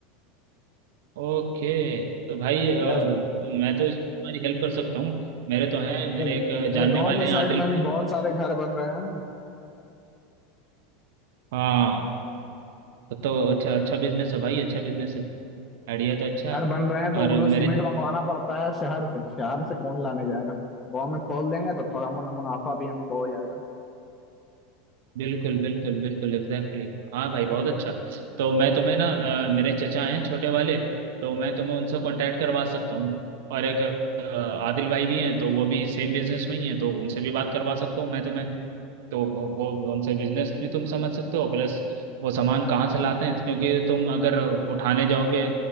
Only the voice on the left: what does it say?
यार
मेरे
मेरे
गांव
के साइड
में
भी बहुत सारे घर बन रहे हैं
घर
बन रहे हैं
तो उन्हें सीमेंट
मंगवाना पड़ता है शहर से शहर से कौन लाने जाएगा गांव में खोल देंगे तो थोड़ा मुना मुनाफा भी हमको हो जाएगा